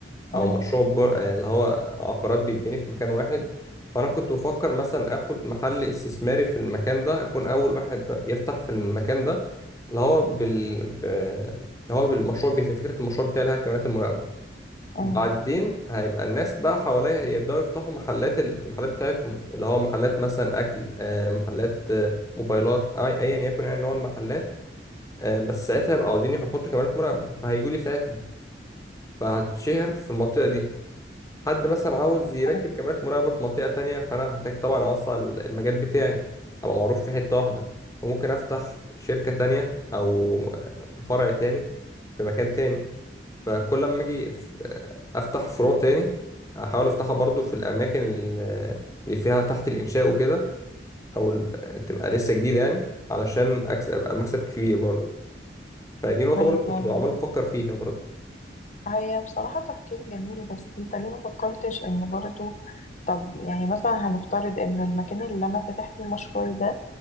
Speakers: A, on the left (about 20°); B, on the left (about 40°).
A: او
B: مم.
A: مشروع ب- آه، اللي هو عقارات بيتبني في مكان واحد فانا كنت بفكر مثلا اخد محل استثماري في المكان ده اكون اول واحد يفتح في المكان ده اللي هو بال ب- اللي هو بالمشروع بتاع فكرة المشروع بتاعي اللي هي كاميرات المراقبة
B: مم.
A: بعدين هيبقى الناس بقى حواليها يبدأوا يفتحوا محلات المحلات بتاعتهم اللي هو محلات مثلا أكل آه، محلات آه، موبايلات أي أيا يكن يعني نوع المحلات آه، بس ساعتها يبقى عاوزين يحطوا كاميرات مراقبة فهيجولي ساعتها فهتشهر في المنطقة دي حد مثلا عاوز يركب
B: طيب
A: كاميرات مراقبة في منطقة تانية فأنا هحتاج طبعا أوسع المجال بتاعي أبقى معروف في حتة واحدة فممكن أفتح شركة تانية أو آه، فرع تاني في مكان تاني فكل لما اجي ف- افتح فروع تاني احاول افتحها برضو في الاماكن ال- اللي فيها تحت الانشاء وكده او ال- تبقى لسه جديده يعني علشان اكسب ابقى المكسب كبير برضو فدي نقطه
B: طيب
A: برضو كنت
B: يعني
A: عمال بفكر فيها برضو
B: هي بصراحة تفكير جميل بس انت ليه ما فكرتش ان برضو طب يعني مثلا هنفترض ان المكان اللي انا فاتح فيه مشروعي ده